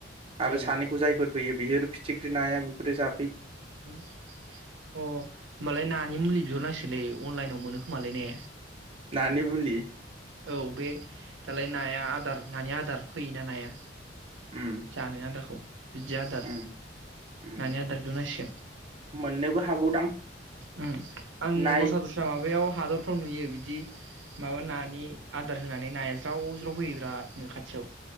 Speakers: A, on the right (about 30°); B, on the right (about 75°).
A: आरो
B: औ
A: सानैखौ जायफोर फैयो बिफोर फिथिख्रि नाया बेफोर जा
B: उम अह होमबालाय नानि मुलि बिहरनांसैलै अनलाइनाव मोनो खोमालाय ने?
A: नानि मुलि
B: औ बे दालाय नाया आदार नानि आदार फैयोना नाया
A: उम
B: जानो आदारखौ बिदि आदार
A: उम उम
B: नानि आदार बिहरनांसिगोन।
A: मोननोबो हागौदां
B: उम आं
A: नाय
B: दस्रा दस्रा माबाया व हादरफोराव नुयो बिदि माबा नानि आदार होनानै नाया ज्राव-ज्राव फैयो बिरादनो खाथियाव।